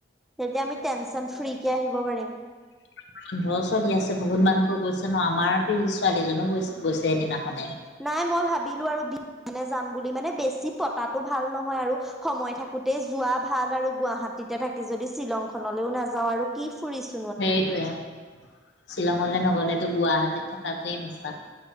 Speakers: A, in the centre; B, on the left (about 75°).
A: তেতিয়া আমি টেনচন ফ্ৰী কে আহিব পাৰিম।
B: <inaudible> বন্ধৰ ছোৱালী আছে বহুত মানুহবোৰ গৈছে ন আমাৰ পেহী ছোৱালীএজনীও গৈছে গৈছে সেইদিনাখনে।
A: নাই মই ভাবিলো আৰু বিনে যাম বুলি, মানে বেছি পতাটো ভাল নহয় আৰু। সময় থাকোতেই যোৱা ভাল আৰু গুৱাহাটীতে থাকি যদি শ্বিলং খনলৈও নাযাও আৰু কি ফুৰিছো।
B: সেইৰটোয়ে শ্বিলঙলৈ নগলেতো গুৱাহাটীত থকাটোৱেই মিছা।